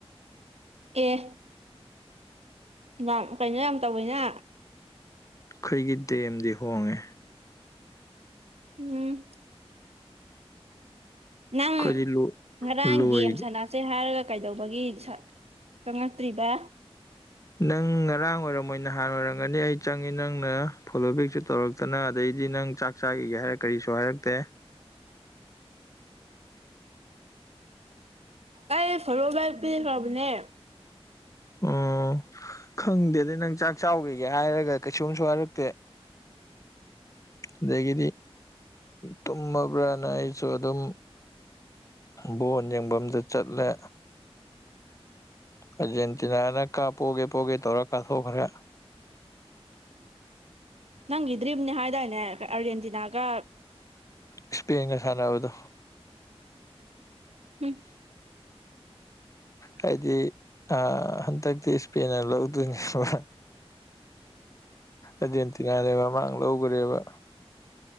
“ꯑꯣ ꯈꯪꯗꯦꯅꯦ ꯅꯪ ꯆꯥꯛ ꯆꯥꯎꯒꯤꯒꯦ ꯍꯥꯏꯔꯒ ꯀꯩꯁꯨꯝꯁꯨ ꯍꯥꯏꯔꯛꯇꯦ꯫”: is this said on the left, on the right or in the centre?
Left